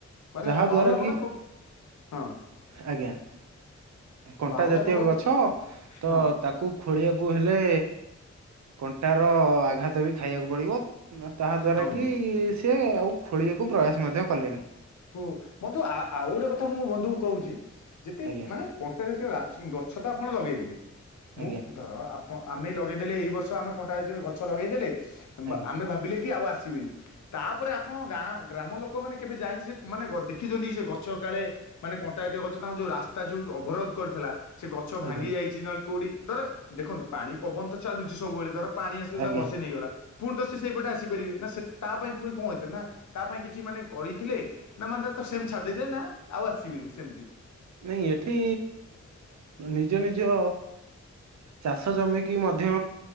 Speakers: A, on the left; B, on the right.
A: ମାନେ
B: ଯାହା
A: ଆ
B: ଦ୍ଵାରା
A: ବାହୁଲା
B: କି
A: କଣ୍ଟା ଟୋ ହଁ
B: ଆଜ୍ଞା। କଣ୍ଟା
A: ବାହୁଲା
B: ଜାତୀୟ
A: କଣ୍ଟାକୁ
B: ଗଛ ତ
A: ହଁ
B: ତାକୁ ଖୋଳି ଆକୁ ହେଲେ କଣ୍ଟାର ଆଘାତ ବି ଖାଇବାକୁ ପଡିବ ମ ହଁ ତାହା ଦ୍ୱାରା
A: ହଁ ବନ୍ଧୁ
B: କି ସେ ଆଉ ଖୋଳିଆକୁ ପ୍ରୟାସ ମଧ୍ୟ କଲେନି।
A: ଓହୋ ବନ୍ଧୁ, ଆଉ ଗୋଟେ କଥା ମୁଁ ବନ୍ଧୁ କହୁଛି, ଯେତେ
B: ଆଜ୍ଞା।
A: ମାନେ କଣ୍ଟାରେ ଥିବା ଗଛ ତ ଆପଣ ଲଗେଇଦେଲେ,
B: ଆଜ୍ଞା
A: ମୁଁ ଧର ଆପଣ ଆମେ ଲଗେଇଦେଲେ ଏଇ ବର୍ଷ ଆମେ ଗଛ ଲଗେଇଦେଲେ
B: ଆଜ୍ଞା
A: ଆମେ ଭାବିଲେ କି ଆଉ ଆସିବେନି ତାପରେ ଆପଣ ଗାଁ, ଗ୍ରାମ ଲୋକମାନେ କେବେ ଯାଇକି ସେ ମାନେ ଦେଖିଛନ୍ତି, ସେ ଗଛ କାଳେ ମାନେ କଣ୍ଟାଜାତୀୟ ଗଛ, ତାଙ୍କ ଯୋଉ ରାସ୍ତା ଯୋଉ ଅବରୋଧ କରିଥିଲା ସେ ଗଛ ଭାଙ୍ଗି
B: ଆଜ୍ଞା
A: ଯାଇଛି, ନହେଲେ କୋଉଠି ଧର ଦେଖନ୍ତୁ ପାଣି ପବନ ତ ଚାଲୁଛି ସବୁବେଳେ, ଧର ପାଣି ଆସିଲେ
B: ଆଜ୍ଞା
A: ତା ବସେଇ ନେଇଗଲା ପୁଣି ତ ସେ ସେଇପଟେ ଆସିପାରିବେ ନା, ସେ ତା ପାଇଁ ପୁଣି କଣ ହେଇଥିଲା ନା, ତା ପାଇଁ କିଛି ମାନେ କରିଥିଲେ। ନା ମାନେ ତ ସେମ ଛାଦଲେ ନା ଆଉ ଆସିବେନି ସେମିତି
B: ନାଇଁ ଏଠି, ନିଜ ନିଜ ଚାଷ ଜମିିକି ମଧ୍ୟ